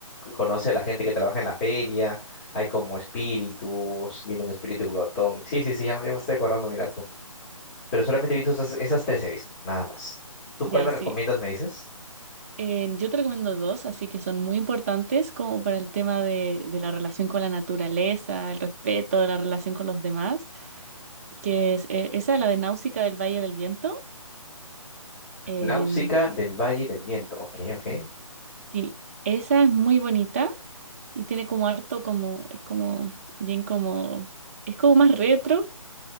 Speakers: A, on the left (about 25°); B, on the right (about 25°).
A: conoce a la gente que trabaja en la feria, hay como espíritus, viene un espíritu glotón. Sí, sí, sí, ya, me ya me estoy acordando, mira tú. pero solamente he visto esas, esas tres he visto, nada más. ¿Tú
B: Ya,
A: cuál me recomiendas,
B: sí.
A: me dices?
B: Eh, yo te recomiendo dos, así que son muy importantes como para el tema de, de la relación con la naturaleza, el respeto, la relación con los demás, que es eh, esa, la de Náusica del Valle del Viento. Eh,
A: Náusica del Valle del Viento. Ok, ok.
B: sí, esa es muy bonita y tiene como harto como, es como, bien como, es como más retro.